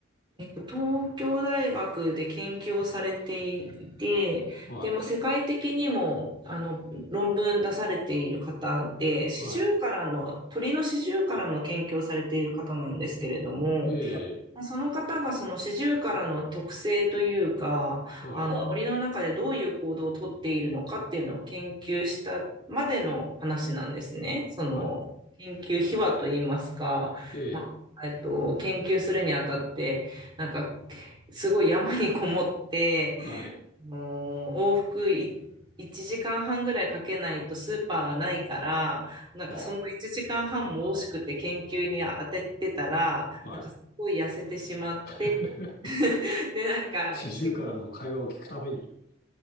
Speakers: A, on the right; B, on the left.
A: えっと、東京大学で研究をされていて、
B: はい。
A: でも世界的にもあの論文出されている方で、シジュウカラの、
B: はい。
A: 鳥のシジュウカラの研究をされている方なんですけれども、
B: ええ
A: まあその方がそのシジュウカラの特性というか、
B: はい。
A: あの森の中でどういう行動をとっているのかっていうのを研究したまでの話なんですね。その研究秘話といいますか、
B: はい。ええ。
A: まあ、えっと、研究するにあたって、なんかすごい山にこもって、
B: はい。
A: もう往復い1時間半ぐらいかけないとスーパーがないから、なんかその1時間半も惜しくて研究に当ててたら、
B: はあ。はい。
A: なんかすごい痩せてしまって、
B: <laughs>
A: <laughs> で、なんかし
B: 四十からの会話を聞くために。